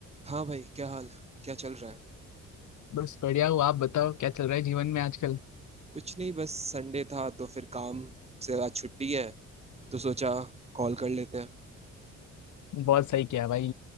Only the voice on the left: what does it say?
बस बढ़िया हो आप बताओ क्या चल रहा है जीवन में आजकल
बहुत सही किया भाई